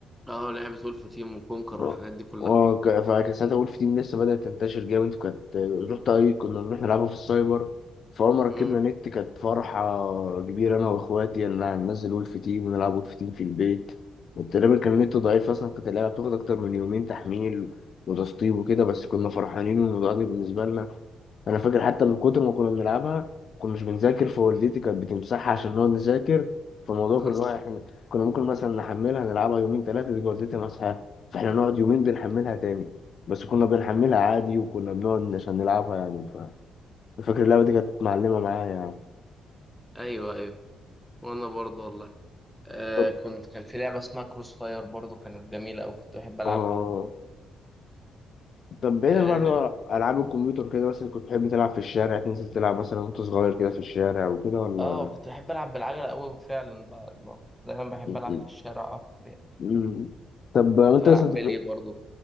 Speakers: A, in the centre; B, on the left.
A: اه لعبه ولف تيم وكونكر
B: اه
A: والحاجات دي كلها
B: اه ك- فكان ساعتها وولف تيم لسه بدأت تنتشر جامد وكانت رحت اي كنا بنروح نلعبها في السايبر فأول ما ركبنا
A: امم
B: نت كانت فرحة كبيرة أنا وإخواتي إن أنا هننزل وولف تيم ونلعب وولف تيم في البيت وتقريبا كان النت ضعيف أصلا كانت اللعبة بتاخد أكتر من يومين تحميل وتسطيب وكده بس كنا فرحانين والموضوع ده بالنسبة لنا انا فاكر حتى من كتر ما كنا بنلعبها كنا مش بنذاكر فوالدتي كانت بتمسحها عشان نقعد نذاكر فالموضوع
A: <laughs>
B: كان
A: اصلا
B: هو احنا كنا ممكن مثلا نحملها نلعبها يومين ثلاثه تيجي والدتي مسحها فاحنا نقعد يومين بنحملها تاني بس كنا بنحملها عادي وكنا بنقعد عشان نلعبها يعني ف فاكر اللعبه دي كانت معلمه معايا يعني
A: ايوه ايوه وانا برضه والله آه
B: طب
A: كنت كان في لعبة اسمها كروس فاير برضو كانت جميلة أوي كنت بحب ألعبها
B: اه
A: برضو.
B: طب بعيدا
A: آه,
B: برضه عن العاب الكمبيوتر كده مثلا كنت بتحب تلعب في الشارع تنزل تلعب مثلا وانت صغير كده في الشارع وكده ولا
A: آه كنت بحب ألعب بالعجلة أوي فعلا بقى اللي هو كنت دايما بحب
B: م-
A: ألعب
B: م-
A: في الشارع أكتر يعني
B: م- طب انت
A: كنت بلعب
B: مثلا
A: بلي برضو